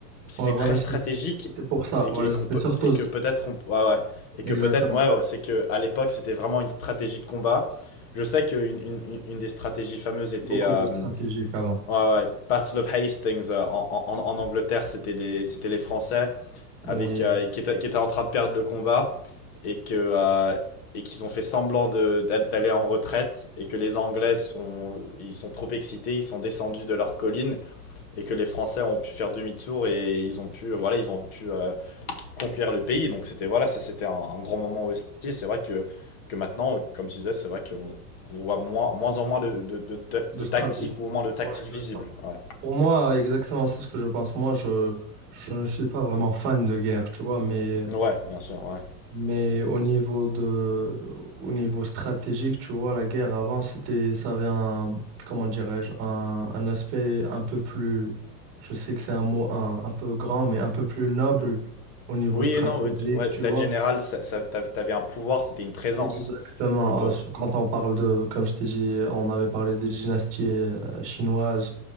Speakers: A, on the left (about 40°); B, on the right (about 25°).
A: c'était
B: Ouais, voilà,
A: très
B: c'est-
A: stratégique
B: c'était pour ça.
A: et,
B: Voilà,
A: que- et
B: c'était
A: qu'on peut-
B: surtout,
A: et que peut-être, on- ouais, ouais. et
B: exactement.
A: que peut-être, ouais, ouais, c'est que à l'époque, c'était vraiment une stratégie de combat. Je sais qu'une une, une- une des stratégies fameuses
B: C'était
A: était
B: beaucoup
A: euh,
B: plus stratégique avant.
A: ouais, ouais, Battle of Hastings euh, en, en, en Angleterre, c'était les, c'était les Français
B: Bon,
A: avec
B: oui,
A: euh, qui, était, qui était en train de perdre le combat et que euh, et qu'ils ont fait semblant de d'aller en retraite et que les Anglais sont ils sont trop excités, ils sont descendus de leur colline et que les Français ont pu faire demi-tour et ils ont pu euh, voilà ils ont pu euh, conquérir le pays donc c'était voilà ça c'était un, un grand moment aussi Et c'est vrai que que maintenant comme tu disais c'est vrai qu'on on voit moins moins en moins de de, de, de,
B: de
A: de
B: stratégie.
A: tactiques ou au moins de tactiques
B: Ouais, exactement.
A: visibles ouais
B: Pour moi, exactement, c'est ce que je pense. Moi, je, je ne suis pas vraiment fan de guerre, tu vois, mais,
A: ouais bien sûr ouais
B: mais au niveau de, au niveau stratégique, tu vois, la guerre avant, c'était, ça avait un, comment dirais-je, un, un aspect un peu plus, je sais que c'est un mot un, un peu grand, mais un peu plus noble
A: Mm.
B: au niveau
A: Oui
B: stratégique,
A: et non, ouais, d- ouais,
B: tu
A: Date
B: vois.
A: General, ça, ça- t'av- t'avais un pouvoir, c'était une présence,
B: Exactement.
A: plutôt.
B: Ah, c- Quand on parle de, comme je t'ai dit, euh, on avait parlé des dynasties euh, chinoises.